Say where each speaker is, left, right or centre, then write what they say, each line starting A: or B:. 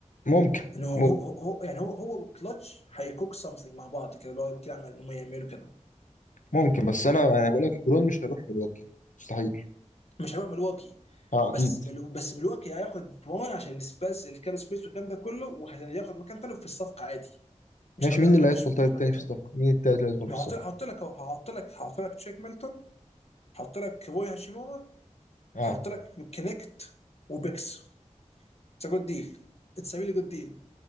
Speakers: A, on the left; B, on the left.
A: ممكن
B: ان هو
A: ممكن
B: هو, هو يعني هو هو وكلتش هيكوك سمثينج مع بعض كده اللي هو كده عمل انهم يعملوا كده
A: ممكن بس انا انا بقول لك ليبرون مش هيروح ميلواكي مستحيل
B: مش هيروح ملواكي
A: اه اكيد
B: بس ملو بس ملواكي هياخد برون عشان السبيس الكاب سبيس والكلام ده كله وهياخد مكان ثاني في الصفقه عادي مش
A: ماشي
B: هيقول
A: مين
B: يعني ما
A: اللي
B: تحطيش
A: هيدخل
B: بوت
A: طيب
B: ميلتون
A: تاني في الصفقه مين التالت اللي هيدخل في
B: ما
A: الصفقه
B: هحط هحط لك اهو هحط لك هحط لك تشيك ميلتون هحط لك روي هاشيمورا
A: اه
B: هحط لك كونكت وبيكس اتس جود ديل اتس ريلي جود ديل